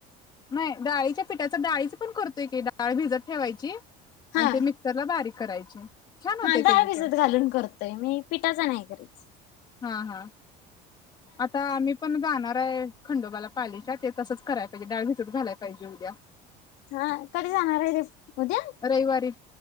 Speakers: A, on the left; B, on the left.
A: नाही डाळीच्या पिठाच डाळीच पण करतोय की डाळ भिजत ठेवायची. आणि
B: हा
A: ते मिक्सर ला बारीक.... करायची. छान होते
B: हा डाळ
A: त्याच
B: भिजत
A: पण
B: घालून करतोय मी पिठाच नाही करत.
A: हां हां आता आम्ही पण जाणार आहे. खंडोबाला पालिच्या ते तसंच कराय पाहिजे डाळ भिजत घालाय पाहिजे उद्या....
B: हा कधी जाणार आहे ते उद्या
A: रविवारी